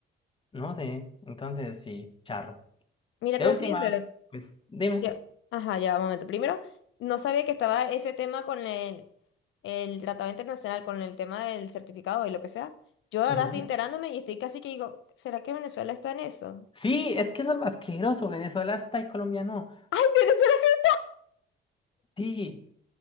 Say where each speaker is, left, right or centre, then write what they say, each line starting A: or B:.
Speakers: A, on the left; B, on the left.
A: no sé. Entonces, sí, charro.
B: Mira,
A: De
B: te voy
A: última,
B: a decir eso.
A: pues, dime.
B: Yo, ajá, ya, un momento. Primero, no sabía que estaba ese tema con el, el tratado internacional, con el tema del certificado y lo que sea. Yo ahora
A: Ujú.
B: estoy enterándome y estoy casi que digo, ¿será que Venezuela está en eso?
A: Sí, es que eso es lo asqueroso. Venezuela está y Colombia no.
B: Venezuela
A: Sí,